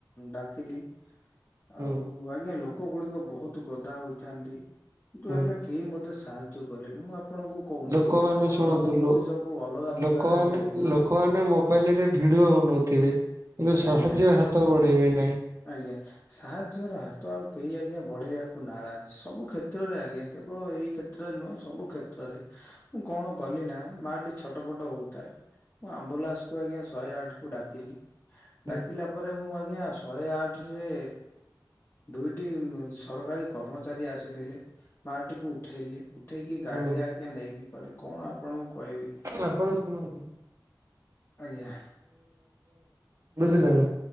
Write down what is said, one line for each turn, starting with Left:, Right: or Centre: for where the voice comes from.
Left: ଡାକିଲି
Right: ହୁଁ
Left: ଆଉ ଆଜ୍ଞା ଲୋକ ଗୁଡିକ ବହୁତ ଗଦା ହୋଇଥାନ୍ତି କିନ୍ତୁ
Right: ହୁଁ
Left: ଆଜ୍ଞା କେହି ମ ସାହାଯ୍ୟ କଲେନି ମୁଁ ଆପଣଙ୍କୁ କହୁନି
Right: ଲୋକମାନେ
Left: ଲୋକଙ୍କର
Right: ଶୁଣନ୍ତୁ
Left: ମନୋବୃତ୍ତି ସବୁ ଅଲଗା ପ୍ରକାର
Right: ଲୋକମାନେ
Left: ଆଜ୍ଞା ହେଇଗଲାଣି।
Right: ଲୋକମାନେ ମୋବାଇଲ ରେ ଭିଡିଓ ନଉଥିବେ କିନ୍ତୁ ସାହାଯ୍ୟ
Left: ଆଜ୍ଞା
Right: ହାତ ବଢେଇବେ ନାଇଁଁ
Left: ଆଜ୍ଞା ସାହାଯ୍ୟର ହାତ ଆଉ କେହି ଆଜ୍ଞା ବଢେଇବାକୁ ନାରାଜ ସବୁ କ୍ଷେତ୍ରରେ ଆଜ୍ଞ କେଳ ଏଇ କ୍ଷେତ୍ରରେ ନୁହେଁ ସବୁ କ୍ଷେତ୍ରରେ ମୁଁ କଣ କଲି ନା ମା ଟି ଛୋଟ ପଟ ହଉଥାଏ ମୁଁ ଆମ୍ବୁଲାନ୍ସକୁ ଆଜ୍ଞା ଶହେ ଆଠ କୁ ଡାକିଲି
Right: ହୁଁ
Left: ଡାକିଲା ପରେ ମୁଁ ଆଜ୍ଞା ଶହେ ଆଠ ରେ ଦୁଇଟି ସରକାରୀ କର୍ମଚାରୀ ଆସିଥିଲେ ମାଟିକୁ ଉଠେଇଲେ ଉଠେଇକି ଗାଡିରେ
Right: ହୁଁ
Left: ଆଜ୍ଞା ନେଇକି ଗଲେ କଣ ଆପଣଙ୍କୁ କହିବି
Right: ଆପଣ ଶୁଣ
Left: ଆଜ୍ଞା
Right: ବୁଝିଲେ ନା।